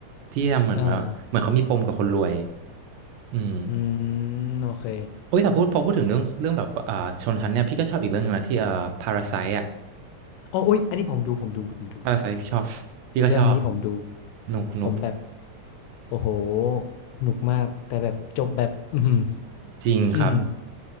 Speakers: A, on the right; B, on the left.
A: ที่ทำเหมือนว่าเหมือนเขามีปมกับคนรวย
B: เออ
A: อืม
B: อืมโอเค
A: โอ้ยแต่พูดพอพูดถึงเรื่องเรื่องแบบอ่าชนชั้นเนี่ยพี่ก็ชอบอีกเรื่องหนึงนะที่เอ่อพาราไซอ่ะ
B: โอ้อุ๊ยอันนี้ผมดูผมดูผมดู
A: พาราไซพี่ชอบพี่ก็ชอบ
B: เรื่องนี้ผมดู
A: หนุกหนุก
B: ผมแบบโอ้โหหนุกมากแต่แบบจบแบบอืม
A: จริงครับ
B: อหืม